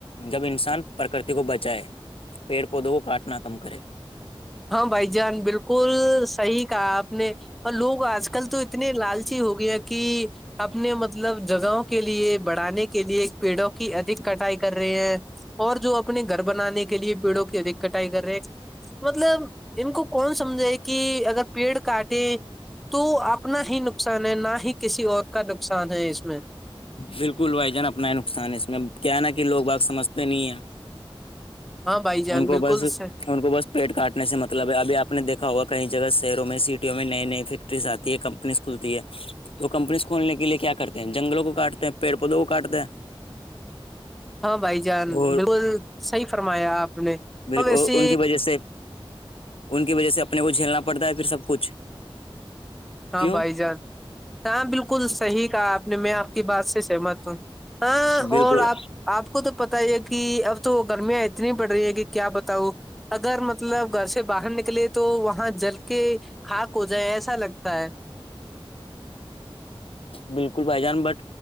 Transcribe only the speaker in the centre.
ہاں بھائی جان بالکل صحیح کہا آپ نے اور لوگ آج کل تو اتنے لالچی ہو گیا کہ اپنے مطلب جگہوں کے لیے بڑھانے کے لیے پیڑوں کی ادھک کٹائی کر رہے ہیں اور جو اپنے گھر بنانے کے لیے پیڑوں کی ادھک کٹائی کر رہے مطلب ان کو کون سمجھائے کہ اگر پیڑ کاٹے تو اپنا ہی نقصان ہے نہ ہی کسی اور کا نقصان ہے اس میں
ہاں بھائی جان
بالکل
صح-
ہاں بھائی جان
بالکل صحیح فرمایا آپ نے
اور ویسے
ہاں
بھائی جان ہاں بالکل صحیح کہا آپ نے میں کی بات سے سہمت تو ہاں
اور آپ آپ کو تو پتا ہی ہے کہ اب تو گرمیاں اتنی بڑھ رہی ہے کہ کیا بتاؤ اگر مطلب گھر سے باہر نکلے تو وہاں جل کے خاک ہو جائے ایسا لگتا ہے